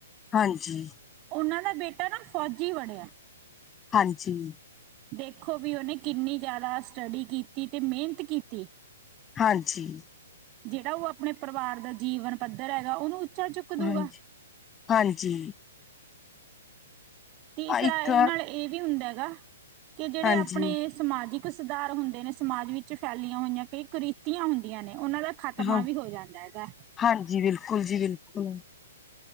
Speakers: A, on the left; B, on the right.
A: ਹਾਂਜੀ।
B: ਉਹਨਾਂ ਦਾ ਬੇਟਾ ਨਾ ਫੌਜੀ ਬਣਿਆ
A: ਹਾਂਜੀ।
B: ਦੇਖੋ ਵੀ ਉਹਨੇ ਕਿੰਨੀ ਜ਼ਿਆਦਾ ਸਟੱਡੀ ਕੀਤੀ ਤੇ ਮਿਹਨਤ ਕੀਤੀ।
A: ਹਾਂਜੀ।
B: ਜਿਹੜਾ ਉਹ ਆਪਣੇ ਪਰਿਵਾਰ ਦਾ ਜੀਵਨ ਪੱਧਰ ਹੈਗਾ ਉਹਨੂੰ ਉੱਚਾ ਚੁੱਕ ਦੂਗਾ
A: ਹਾਂਜੀ ਹਾਂਜੀ।
B: ਤੀਸਰਾ
A: ਆ ਇੱਕ
B: ਇਹਦੇ ਨਾਲ ਇਹ ਵੀ ਹੁੰਦਾ ਗਾ ਕਿ ਜਿਹੜੇ
A: ਹਾਂਜੀ
B: ਆਪਣੇ ਸਮਾਜਿਕ ਸੁਧਾਰ ਹੁੰਦੇ ਨੇ ਸਮਾਜ ਵਿੱਚ ਫੈਲੀਆਂ ਹੋਈਆਂ ਕਈ ਕਰਿਤੀਆਂ ਹੁੰਦੀਆਂ ਨੇ ਉਹਨਾਂ ਦਾ ਖ਼ਤਮਾ
A: ਹਾਂ
B: ਵੀ ਹੋ ਜਾਂਦਾ ਹੈਗਾ।
A: ਹਾਂਜੀ ਬਿਲਕੁਲ ਜੀ ਬਿਲਕੁਲ